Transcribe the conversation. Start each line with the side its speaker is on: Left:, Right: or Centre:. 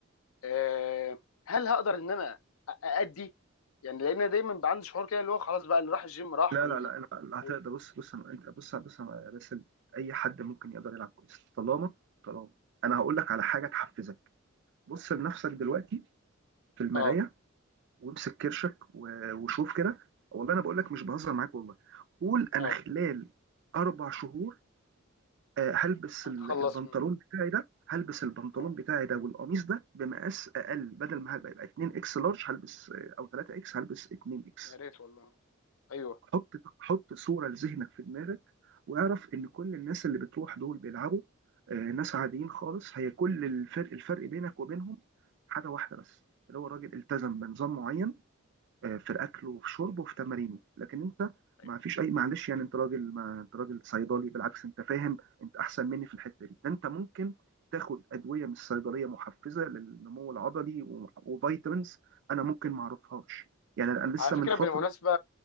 Left: آه هل هقدر ان انا أ- اادي يعني لان أنا دايما بقى عندي شعور كده اللي هو خلاص بقى اللي راح الجيم راح
Right: لا
Left: واللي
Right: لا
Left: ما
Right: لا لا, لا
Left: و-
Right: هتقدر بص بص أنا... انت بص بص أنا... بس اي حد ممكن يقدر يلعب كويس طالما طالما انا هقول لك على حاجه تحفزك بص لنفسك دلوقتي في المرايه
Left: اه
Right: وامسك كرشك و... وشوف كده والله انا بقول لك مش بهزر معاك والله قول انا
Left: اه
Right: خلال اربع شهور آه، هلبس
Left: هتخلص
Right: ال- البنطلون
Left: من
Right: بتاعي ده هلبس البنطلون
Left: اه
Right: بتاعي ده والقميص ده بمقاس اقل بدل ما هيبقى يبقى 2 اكس لارج هلبس آه، او 3 اكس هلبس 2 اكس
Left: يا ريت والله ايوه
Right: حط حط صوره لذهنك في دماغك واعرف ان كل الناس اللي بتروح دول بيلعبوا آه، ناس عاديين خالص هي كل الفرق الفرق بينك وبينهم حاجه واحده بس اللي هو الراجل التزم بنظام معين آه، في الاكل وفي شربه وفي تمارينه لكن انت
Left: أيوه.
Right: ما فيش اي معلش يعني انت راجل ما انت راجل صيدلي بالعكس انت فاهم انت احسن مني في الحته دي ده انت ممكن تاخد ادويه من الصيدليه محفزه للنمو العضلي و- وفيتامينز انا ممكن ما اعرفهاش يعني انا لسه
Left: على فكره
Right: من فتره
Left: بالمناسبه